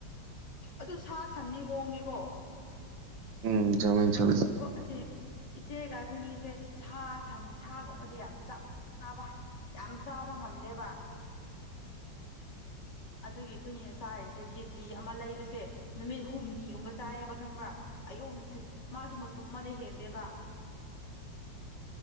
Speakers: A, on the left; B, on the right.
A: ꯑꯗꯨ ꯁꯥ ꯁꯟꯗꯤ ꯍꯣꯡꯉꯦꯀꯣ
B: ꯎꯝ ꯃꯤ ꯆ
A: ꯍ ꯍꯥꯏꯗꯤ ꯏꯆꯦꯒ ꯑꯩꯈꯣꯏꯅꯤꯁꯦ ꯁꯥ ꯁꯟ ꯁꯥꯒꯨꯝꯕꯁꯦ ꯌꯥꯝ ꯆꯞ ꯆꯥꯕ ꯌꯥꯝ ꯆꯥꯕ ꯉꯝꯗꯦꯕ ꯑꯗꯨꯒꯤ ꯑꯩꯈꯣꯏꯒꯤꯅ ꯆꯥꯔꯤꯁꯦ ꯀꯦꯖꯤ ꯑꯃ ꯂꯩꯕꯁꯦ ꯅꯨꯃꯤꯠ ꯍꯨꯝꯅꯤꯒꯨꯝꯕ ꯆꯥꯏꯌꯦꯕ ꯈꯪꯕ꯭ꯔꯥ ꯑꯌꯨꯛ ꯅꯨꯡꯊꯤꯤꯟ ꯃꯥꯁꯨ ꯃꯇꯨꯝꯃꯗ ꯍꯦꯟꯗꯦꯕ